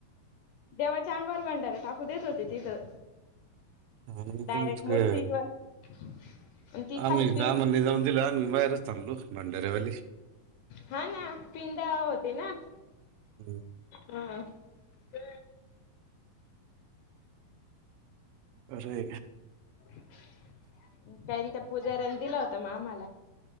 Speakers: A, on the left; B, on the right.
A: देवाच्या अंगवर भांडार टाकू देत होते तिथं
B: ह
A: डायरेक्ट
B: तमच
A: मूर्तीवर
B: का
A: <inaudible>
B: आम्ही
A: खाली पिंड
B: जा म्हणलं जाऊन दिल आम्ही बाहेरच थांबलो. भंडारेवाली
A: हा ना पिंडा होते ना
B: हम्म.
A: हा ते
B: अरे
A: काही नाही त्या पूज्यारानी दिला होता मा आम्हाला